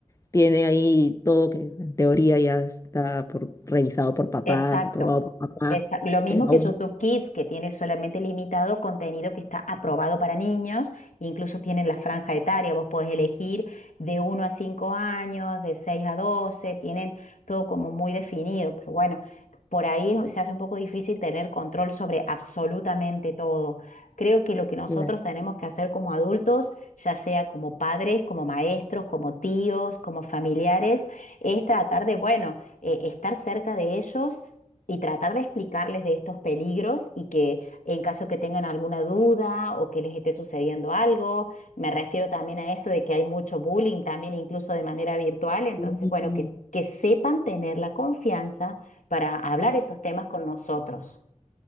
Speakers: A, on the left; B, on the left.
A: tiene ahí todo que en teoría ya está por, revisado por papás,
B: Exacto.
A: aprobado por papás,
B: Esta- lo mismo
A: pero
B: que
A: aún
B: YouTube
A: así,
B: Kids, que tiene solamente limitado contenido que está aprobado para niños, incluso tienen la franja etaria, vos podés elegir de uno a 5 años, de 6 a 12. tienen todo como muy definido, pero bueno, por ahí se hace un poco difícil tener control sobre absolutamente todo. Creo que lo que nosotros
A: claro.
B: tenemos que hacer como adultos, ya sea como padres, como maestros, como tíos, como familiares, es tratar de, bueno, eh, estar cerca de ellos y tratar de explicarles de estos peligros y que en caso que tengan alguna duda o que les esté sucediendo algo, me refiero también a esto de que hay mucho bullying también incluso de manera virtual, entonces
A: Sí.
B: bueno, que, que sepan tener la confianza para hablar esos temas con nosotros,